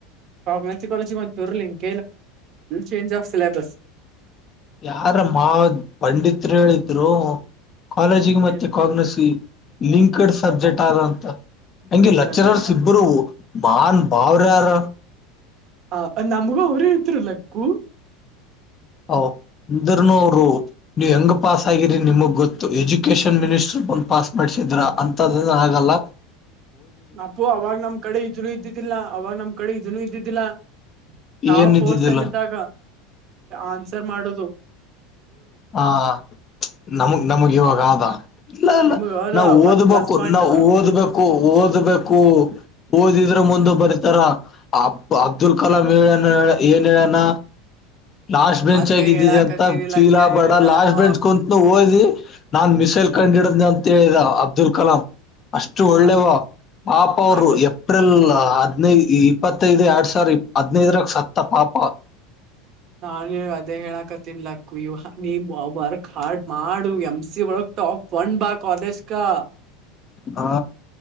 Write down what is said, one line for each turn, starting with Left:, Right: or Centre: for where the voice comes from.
Right: ಕಾಗೆಸ ಕಾಲೇಜ ಮತ್ತ ಇವ್ರ ಲಿಂಕ ಚೇಂಜ್ ಆ್ ಸಿೇಬಸ್
Left: ಯಾರ ಮಾ್ ಪಂಡತ್ರು ಹೇಳಿದ್ರು ಕಾಲೇಜಿಗೆ ಮತ್ತೆ
Right: ಏನ್
Left: ಕಾಗನಸಿ ಲಿಂಕ್ಡ್ ಸಬ್ಜೆಕ್ಟ್ ಆದಂತ ಹಗೆ
Right: ಇಲ್ಲಲೇ
Left: ಲಚ್ಚರರ್ಸ್
Right: ಇಲ್ಲ
Left: ಇಬ್ಬರುೂ ಮಾನ್ ಬಾವರ್ಯಾರ
Right: ಹ ನಮ್ಗೂ ಅವ್ರೇ ಇದರು ಲಕ್ಕೂ
Left: ಅಂದ್ರನು ಅವರು ನೀವ್ ಹೆಂಗ ಪಾಸ್ ಆಗಿರಿ ನಿಮಗ್ ಗೊತ್ತು ಎಜುಕೇಶನ್ ಮಿನಿಸ್ಟರ್ ಓನ್ ಪಾಸ್ ಮಾಡಸಿದ್ರ ಅಂತದ ಹಾಗಲ್ಲ
Right: ಅಪ್ಪು ಅವಾಗ ನಮ್ ಕಡೆ ಇದನು ಇದ್ದಿದ್ದಿಲ್ಲ ಅವಾಗ ನಮ್ ಕಡೆ ಇದನು ಇದ್ದಿದ್ದಿಲ್ಲ ನಾವವು
Left: ಏನ್
Right: ಫೋರ್ಸ್
Left: ಇದಿದ್ದಿಲ್ಲ
Right: ಎಮ್ ಇದ್ದಾಗ ಆನ್ಸರ್ ಮಾಡುದು
Left: ಹ ನಮಗ್ ನಮಗ್ ಇವಾಗ ಆದ ಇಲ್ಲ ಇಲ್ಲ
Right: ನಿಮ್ಗ ಅದ
Left: ನಾವು ಓದ
Right: ಒಂದ್ ಪ್ಲಸ್
Left: ಬೇಕು
Right: ಪಾಯಿಂಟ್
Left: ನಾವು
Right: ಅದ.
Left: ಓದ್ಬೇಕು ಓದ್ಬೇಕು ಓದಿದ್ರೆ ಮುಂದ ಬರಿತಾರ ಅಬ್ದುಲ್ ಕಲಾಂ ಮ ಏನಾನ ಲಾಸ್ಟ್ ಬೆಂಚ್
Right: ಅದೇ
Left: ಆಗ ಇದಿದ
Right: ಹೇಳಾಕತ್ತೀನಿ
Left: ಅಂತ ಚೀಲಾ
Right: ಲಕ್ಯ ನಿನಗ್
Left: ಬೇಡ
Right: ನಾನು
Left: ಲಾಸ್ಟ್ ಬೆಂಚ್ ಕುಂತನು ಓದಿ ನಾನ್ ಮಿಸೈಲ್ ಕಂಡಿಡ್ದೆ ಅಂತ ಹೇಳಿದ ಅಬ್ದುಲ್ ಕಲಾಂ ಅಷ್ಟು ಒಳ್ಳೇವ
Right: ಅದ್
Left: ಪಪ ಅವರು
Right: ಅದೇ
Left: ಏಪ್ರಿಲ್ ಹದ್ನೈದು ಇಪ್ಪತ್ತೈದು ಎರಡ್ ಸಾವಿರ ಇ ಹದ್ನೈದರಕ್ ಸತ್ತ ಪಾಪ
Right: ನಾನು ಅದೇ ಹೇಳಾಕ ತಿನ್ಲಕ್ಕು ಇವ ನೀವು ವರ್ಕ್ ಹಾಡ್ ಮಾಡು ಎಂ್ಸ ಒಳಗ್ ಟಾಪ್ ವನ್ ಬ ಕಾಲಜ ಕಾ
Left: ಹಾ